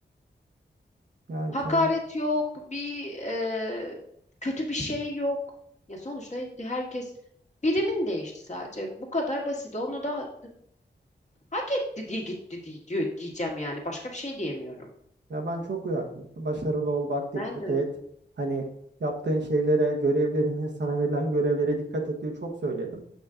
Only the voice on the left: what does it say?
Hakaret
yok, bir e, kötü bir şey yok. Ya sonuçta herkes birimin değişti sadece. Bu kadar basit. Onu da hak etti diye gitti diye diyor diyeceğim yani. Başka bir şey diyemiyorum.
Ben de.